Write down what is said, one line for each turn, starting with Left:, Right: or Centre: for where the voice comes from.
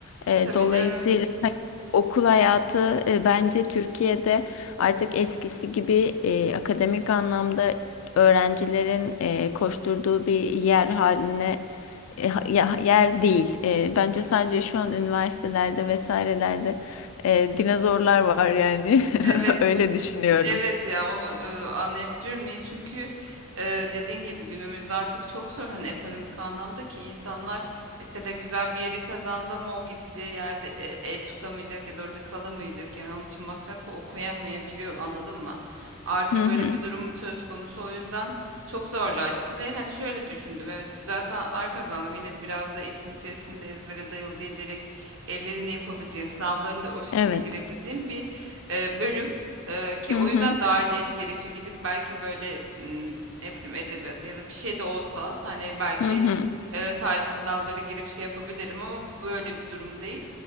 Left: Ee,
Right: Tabii
Left: dolayısıyla
Right: canım.
Left: okul hayatı e, bence Türkiye'de artık eskisi gibi e, akademik anlamda öğrencilerin e, koşturduğu bir yer haline e, ha- ya- yer değil. E, bence sadece şu an üniversitelerde vesairelerde e, dinozorlar var yani.
Right: Evet
Left: <laughs> Öyle düşünüyorum.
Right: Evet ya onu e, anlayabiliyorum niye çünkü e, dediğin gibi günümüzde artık çok zor hani ekonomik anlamda ki insanlar mesela güzel bir yeri kazandı ama o gideceği yerde e, ev tutamayacak ya da orada kalamayacak yani onun için masrafla okuyamayabiliyor anladın mı? Artık
Left: Hı
Right: böyle
Left: hı.
Right: bir durum söz konusu o yüzden çok zorlaştı ve hani şöyle düşündüm evet güzel sanatlar kazandım yine de biraz da işin içerisinde ezbere dayalı değil direkt ellerini yapabileceğin sınavlarını da o şekilde
Left: Evet.
Right: girebileceğin bir e, bölüm. Ee, ki
Left: Hı
Right: o
Left: hı.
Right: yüzden dahiliyet gerekiyor. Gidip belki böyle m, ne bileyim edebiyat ya da bir şey de olsa hani belki
Left: Hı hı.
Right: e, sadece sınavları girip şey yapabilirim ama böyle bir durum değil.